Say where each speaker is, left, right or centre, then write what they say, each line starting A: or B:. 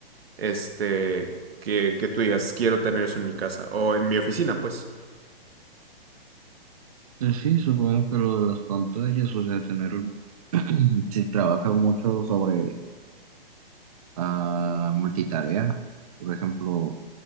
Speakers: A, on the right (about 80°); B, on the right (about 40°).
A: este, que, que tú digas, quiero tener eso en mi casa, o en mi oficina, pues.
B: Eh, Sí, supongo que lo de las pantallas, o sea, tener, <clears throat> si trabajas mucho sobre a multitarea, por ejemplo,